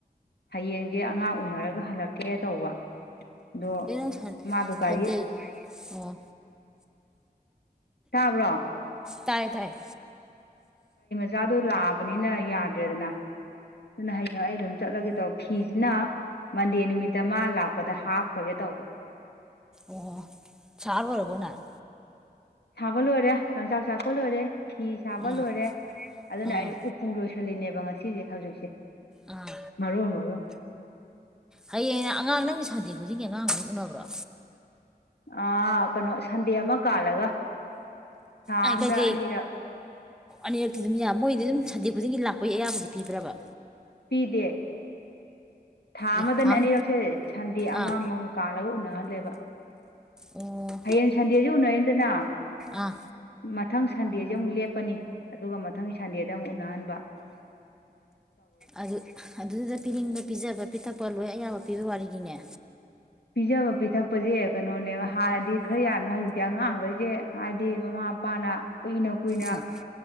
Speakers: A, on the left; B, in the centre.
A: ꯍꯌꯦꯡꯖꯦ ꯑꯉꯥꯡ ꯎꯅꯔꯒ ꯍꯜꯂꯛꯀꯦ ꯇꯧꯕ ꯑꯗꯣ
B: ꯑꯗꯨ ꯅꯪ ꯁꯟ
A: ꯃꯥꯗꯣ ꯒꯥꯔꯤ
B: ꯁꯟꯗꯦ ꯑꯣ
A: ꯇꯥꯕ꯭ꯔꯣ
B: ꯇꯥꯏꯌꯦ ꯇꯥꯏ
A: ꯆꯥꯗꯣ ꯂꯥꯛꯑꯕꯅꯤꯅ ꯌꯥꯗ꯭ꯔꯦꯗꯅ ꯑꯗꯨꯅ ꯍꯌꯦꯡ ꯑꯩ ꯑꯗꯨꯝ ꯆꯠꯂꯒꯦ ꯇꯧꯕ ꯐꯤꯁꯤꯅ ꯃꯟꯗꯦ ꯅꯨꯃꯤꯠꯇ ꯃꯥ ꯂꯥꯛꯄꯗ ꯍꯥꯞꯈ꯭ꯔꯒꯦ ꯇꯧꯕ
B: ꯑꯣ ꯁꯥ ꯂꯣꯏꯔꯕꯣ ꯅꯪ
A: ꯁꯥꯕ ꯂꯣꯏꯔꯦ ꯂꯪꯆꯥꯛ ꯆꯥꯛꯄ ꯂꯣꯏꯔꯦ ꯐꯤ ꯁꯥꯕ
B: ꯑꯥ
A: ꯂꯣꯏꯔꯦ ꯑꯗꯨꯅ
B: ꯑꯥ
A: ꯑꯩꯖꯦ ꯎꯄꯨ ꯂꯣꯏꯁꯤꯜꯂꯤꯅꯦꯕ ꯉꯁꯤꯁꯦ ꯍꯧꯖꯤꯛꯁꯦ
B: ꯑꯥ
A: ꯃꯔꯣꯟ ꯃꯔꯣꯟ
B: ꯍꯌꯦꯡꯅ ꯑꯉꯥꯡ ꯅꯪꯖꯦ ꯁꯥꯟꯗꯦ ꯈꯨꯗꯤꯡꯒꯤ ꯑꯉꯥꯡ ꯑꯗꯨꯝ ꯎꯅꯕ꯭ꯔꯣ
A: ꯑꯥ ꯀꯩꯅꯣ ꯁꯟꯗꯦ ꯑꯃ ꯀꯥꯜꯂꯒ ꯊꯥ
B: ꯑꯦ
A: ꯑꯃꯗ
B: ꯀꯩꯀꯩ
A: ꯑꯅꯤꯔꯛ
B: ꯑꯅꯤꯔꯛꯇꯤ ꯑꯗꯨꯝ ꯌꯥ ꯃꯣꯏꯗꯤ ꯑꯗꯨꯝ ꯁꯟꯗꯦ ꯈꯨꯗꯤꯡꯒꯤ ꯂꯥꯛꯄꯩ ꯑꯌꯥꯕꯗꯤ ꯄꯤꯕ꯭ꯔꯕ
A: ꯄꯤꯗꯦ ꯊꯥ
B: ꯑꯦ
A: ꯑꯃꯗ
B: ꯊꯥꯝ
A: ꯑꯅꯤꯔꯛꯁꯦ ꯁꯟꯗꯦ ꯑꯃꯃꯝ
B: ꯑꯥ
A: ꯀꯥꯜꯂꯒ ꯎꯅꯍꯜꯂꯦꯕ
B: ꯑꯣ
A: ꯍꯌꯦꯡ ꯁꯟꯗꯦꯁꯤ ꯎꯅꯔꯅꯤꯗꯅ
B: ꯑꯥ
A: ꯃꯊꯪ ꯁꯟꯗꯦꯁꯦ ꯑꯃꯨꯛ ꯂꯦꯞꯄꯥꯅꯤ ꯑꯗꯨꯒ ꯃꯊꯪꯒꯤ ꯁꯟꯗꯦꯗ ꯑꯃꯨꯛ ꯎꯅꯍꯟ
B: ꯑꯗꯨ ꯑꯗꯨꯗꯨꯗ ꯄꯤꯅꯤꯡꯕ ꯄꯤꯖꯕ ꯄꯤꯊꯛꯄ ꯂꯣꯏ ꯑꯌꯥꯕ ꯄꯤꯕꯩ ꯋꯥꯔꯤꯅꯤꯅꯦ
A: ꯄꯤꯖꯕ ꯄꯤꯊꯛꯄꯁꯦ ꯀꯩꯅꯣꯅꯦꯕ ꯍꯥꯟꯅꯗꯤ ꯈꯔ ꯌꯥꯔꯝꯃꯦ ꯍꯧꯖꯤꯛꯇꯤ ꯑꯉꯥꯡꯈꯩꯁꯦ ꯍꯥꯏꯗꯤ ꯃꯃꯥ ꯃꯄꯥꯅ ꯀꯨꯏꯅ ꯀꯨꯏꯅ
B: ꯎꯝ